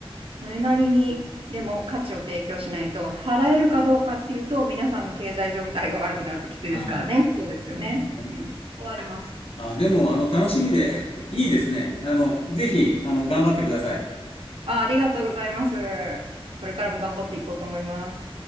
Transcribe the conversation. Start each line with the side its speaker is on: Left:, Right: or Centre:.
Right: それなりに、でも価値を提供しないと、払えるかどうかっていうと、皆さんの経済状態が悪くなるときついですからね。
Left: ああ、
Right: そうですよね。
Left: なるほどね。
Right: うん。終わります。
Left: あ、でも、あの、楽しみで、いいですね。あの、ぜひ、あの、頑張ってください。
Right: あ、ありがとうございます。これからも頑張っていこうと思います。